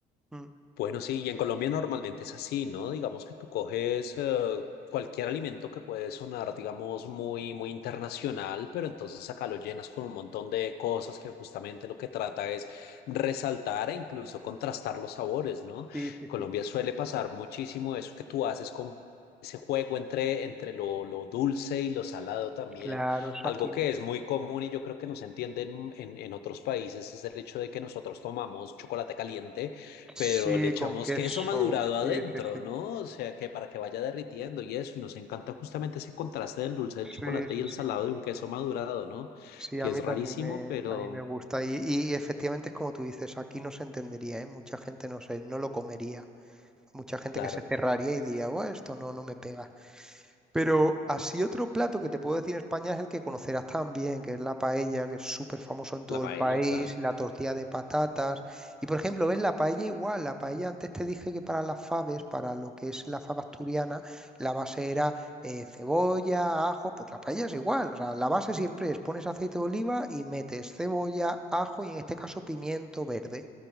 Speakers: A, in the centre; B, on the left (about 70°).
A: Mm,
B: Bueno, sí, y en Colombia normalmente es así, ¿no? Digamos que tú coges eh, cualquier alimento que puede sonar, digamos, muy, muy internacional, pero entonces acá lo llenas con un montón de cosas que justamente lo que trata es resaltar e incluso contrastar los sabores, ¿no?
A: Sí, sí,
B: Colombia
A: sí.
B: suele pasar muchísimo eso que tú haces con ese juego entre, entre lo, lo dulce y lo salado también.
A: Claro, eso
B: Algo
A: aquí no.
B: que es muy común y yo creo que no se entiende en, en en otros países es el hecho de que nosotros tomamos chocolate caliente
A: Sí,
B: pero le echamos
A: con queso,
B: queso madurado adentro,
A: sí, sí, sí.
B: ¿no? O sea, que para que vaya derritiendo y eso, y nos encanta justamente ese contraste del dulce del chocolate
A: Sí,
B: y
A: sí,
B: el salado
A: sí.
B: de un queso madurado, ¿no?
A: Sí,
B: Que
A: a mí
B: es rarísimo,
A: también me,
B: pero
A: a mí me gusta. Y, y- y efectivamente es como tú dices, aquí no se entendería, ¿eh? Mucha gente no sé, no lo comería. Mucha gente
B: claro,
A: que se cerraría y diría, bueno, esto no, no me pega. Pero así otro plato que te puedo decir en España es el que conocerás también, que es la paella, que es súper famoso en todo
B: la paella,
A: el país,
B: claro.
A: y la tortilla de patatas. Y por ejemplo, ves la paella igual, la paella antes te dije que para las faves, para lo que es la fava asturiana, la base era eh, cebolla, ajo, pues la paella es igual, o sea, la base siempre es pones aceite de oliva y metes cebolla, ajo y en este caso pimiento verde.